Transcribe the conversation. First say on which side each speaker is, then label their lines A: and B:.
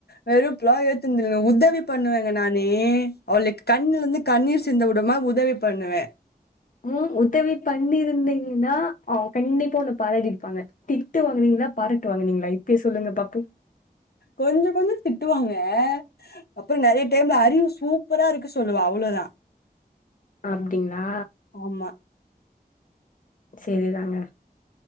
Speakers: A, on the left; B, on the left.
A: வெறுப்லா ஏத்துனது இல்லங்க உதவ் உதவி பண்ணுவேங்க நானு அவளுக்கு கண்ணுல இருந்து கண்ணீர் சிந்த விடமா உதவி பண்ணுவ
B: ம் உதவி பண்ணிருந்தீங்னா அவங்க கண்டிப்பா உன்ன பாராட்டிருப்பாங்க திட்டு வாங்குனீங்களா பாராட்டு வாங்கினீங்களா இப்பயே சொல்லுங்க பாப்போ
A: கொஞ்ச கொஞ்ச திட்டுவாங்க அப்புற நறைய டைம்ல அறிவு சூப்பரா இருக்கு சொல்லுவ அவ்ளதா
B: அப்டிங்ளா
A: ஆமா
B: செரிதாங்க